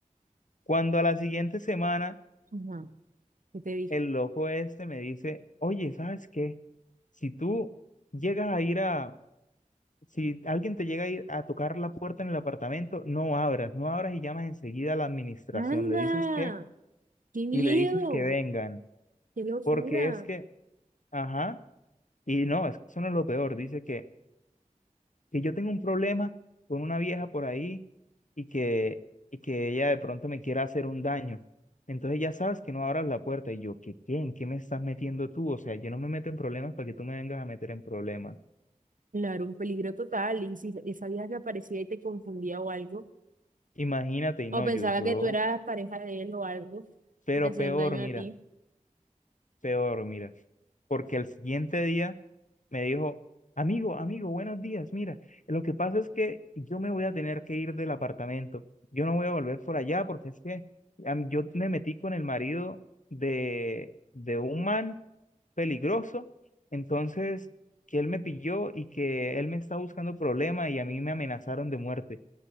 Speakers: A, on the left; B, on the right.
A: Cuando a la siguiente semana
B: Ajá, ¿qué te dijo?
A: el loco este me dice, oye, ¿sabes qué? Si tú llegas a ir a, si alguien te llega a ir a tocar la puerta en el apartamento, no abras, no abras y llamas enseguida a la administración,
B: Anda,
A: le dices que,
B: qué miedo,
A: y le dices que vengan,
B: qué locura.
A: porque es que, ajá, y no, es- eso no es lo peor, dice que que yo tengo un problema con una vieja por ahí y que, y que ella de pronto me quiera hacer un daño. Entonces ya sabes que no abras la puerta. Y yo, ¿qué quién? ¿Qué me estás metiendo tú? O sea, yo no me meto en problemas para que tú me vengas a meter en problemas.
B: Claro, un peligro total. Y si esa vieja que aparecía y te confundía o algo,
A: Imagínate, y
B: o
A: no,
B: pensaba
A: yo, yo,
B: que tú eras pareja de él o algo,
A: pero
B: y te hacía
A: peor,
B: un daño
A: mira,
B: a ti.
A: peor, mira. Porque el siguiente día me dijo, amigo, amigo, buenos días, mira, lo que pasa es que yo me voy a tener que ir del apartamento, yo no voy a volver por allá porque es que a mí- yo me metí con el marido de, de un man peligroso, entonces que él me pilló y que él me está buscando problema y a mí me amenazaron de muerte.